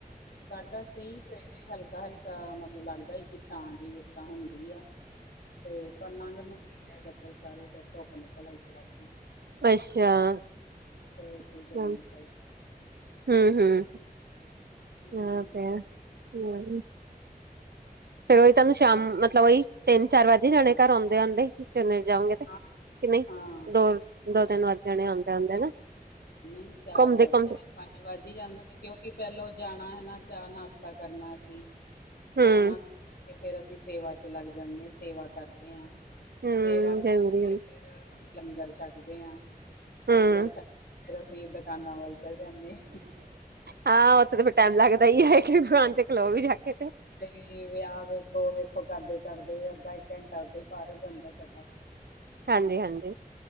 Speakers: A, on the left; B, on the right.
A: ਸਾਡਾ ਸੀ। ਤੇ ਹਲਕਾ- ਹਲਕਾ ਮਤਲਬ ਲੱਗਦਾ ਹੀ, ਕਿ ਛਾਂ ਜ ਜਿਸ ਤਰ੍ਹਾਂ ਹੁੰਦੀ ਆ। ਤੇ ਨੂੰ ਗੀ ਹੈ ਬਲ ਸਾਰੇ ਧੁੱਪ ਨੇ ਨਿਕਲ ਕੜਾਕੀ
B: ਅੱਛਿਆ' '
A: ਤੇ ਏਦਾਂ
B: <unintelligible>
A: ਹੀ ਗਰਮੀ ਚੱਲ ਪਈ
B: ਹੂੰ-ਹੂੰ
A: ਹਮ,
B: ਕਿਹਾ ਤੇ ਹੈ, ਉਹੀ। ਫੇਰ ਉਹੀ ਤੁਹਾਨੂੰ ਸ਼ਾਮ ਮਤਲਬ ਉਹੀ ਤਿੰਨ, ਚਾਰ ਵੱਜ ਜਾਣੇ ਘਰ ਆਉਂਦੇ-ਆਉਂਦੇ। ਚੰਨੇ ਜਾਉਗੇ ਤੇ, ਕਿ
A: ਹਾਂ
B: ਨਹੀਂ
A: ਹਾਂ
B: ਦੋ-ਦੋ, ਤਿੰਨ ਵੱਧ ਜਾਣੇ ਆਂਦੇ- ਆਂਦੇ ਨਾ।
A: ਨਹੀਂ, ਚਾਰ
B: ਘੁੰਮਦੇ
A: ਵੱਜ
B: ਘੁੰਮਦੇ
A: ਚਾਰ, ਪੰਜ ਵੱਜ ਹੀ ਜਾਂਦੇ ਕਿਉਂ। ਕੀ ਪਹਿਲੋਂ ਜਾਣਾ ਹਨਾ, ਚਾਹ ਨਾਸ਼ਤਾ ਕਰਨਾ ਅਸੀ,
B: ਹੂੰ,
A: ਚਾਹ ਨਾਸ਼ਤਾ ਕਰ। ਤੇ ਫੇਰ ਅਸੀਂ ਸੇਵਾ 'ਚ' ਲੱਗ ਜਾਂਨੇ ਆ। ਸੇਵਾ ਕਰਦੇ ਆ,
B: ਹੂੰ
A: ਸੇਵਾ ਕਰਕੇ
B: ਜ਼ਰੂਰੀ ਹੂੰ,
A: ਫੇਰ ਲੰਗਰ 'ਚ' ਛੱਕਦੇ ਆ,
B: ਹੂੰ।
A: ਲੰਗਰ ਛੱਕ ਕੇ ਫੇਰ ਅਸੀਂ ਦੁਕਾਨਾਂ ਵੱਲ ਚਲੇ ਜਾਂਣੇ ਆ।
B: ਹਾਂ, ਉੱਥੇ ਤੇ ਫਿਰ ਟਾਈਮ ਲੱਗਦਾ ਹੀ ਹੈ। ਕਿ ' <unintelligible> ' ਖਲੋ ਵੀ ਜਾ ਕੇ ਤੇ।
A: ਬਈ ਵਿਆਹ ਵੇਖੋ-ਵੇਖੋ ਕਰਦੇ-ਕਰਦੇ ਅੱਧਾ ਘੰਟਾ ਉਦਾਂ ਹੀ ਵੱਧ ਜਾਂਦਾ ਸਾਡਾ।
B: ਹਾਂਜੀ-ਹਾਂਜੀ।